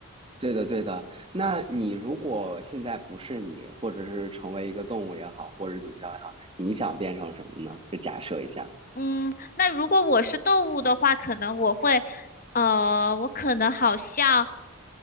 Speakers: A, on the right; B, on the left.
A: 对的，对的。那你如果现在不是你，或者是成为一个动物也好，或者是怎么着也好，你想变成什么呢？就假设一下
B: 嗯，那如果我是动物的话，可能我会，呃，我可能好像。